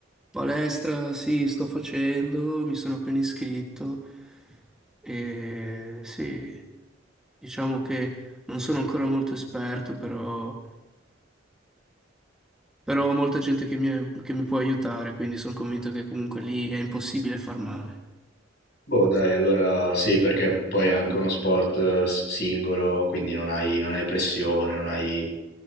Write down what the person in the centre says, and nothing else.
Palestra, sì, sto facendo, mi sono appena iscritto e sì, diciamo che non sono ancora molto esperto, però, però ho molta gente che mi, che mi può aiutare, quindi sono convinto che comunque lì è impossibile far male.